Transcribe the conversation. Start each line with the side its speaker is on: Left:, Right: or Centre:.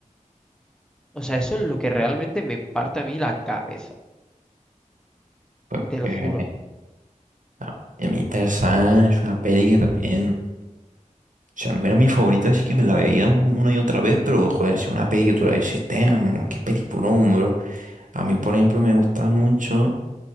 Centre: O sea, eso es lo que realmente me parte a mí la cabeza,
Right: Pues,
Centre: te lo
Right: pues,
Centre: juro.
Right: A a mí Tarzán es una peli que también, o sea, no era mi favorita, así que me la veía un- una y otra vez, pero joder, si es una peli que tú la dices, "Damn, qué peliculón, bro. A mí, por ejemplo, me gustaba mucho